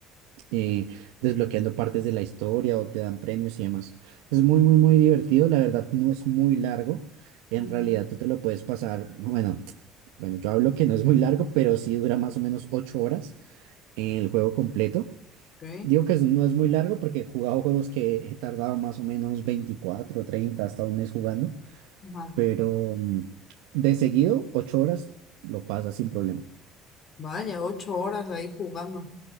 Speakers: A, on the right; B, on the left.
A: eh, desbloqueando partes de la historia o te dan premios y demás. Es muy, muy, muy divertido, la verdad no es muy largo. En
B: ujú.
A: realidad tú te lo puedes pasar, bueno, <tsk> bueno, yo hablo que no es muy largo, pero sí dura más o menos ocho horas el juego completo.
B: Ok.
A: Digo que es- no es muy largo porque he jugado juegos que he tardado más o menos veinticuatro treinta hasta un mes jugando,
B: Ajá.
A: pero mm, de seguido, ocho horas lo pasas sin problema. <laughs>
B: Vaya, ocho horas ahí jugando.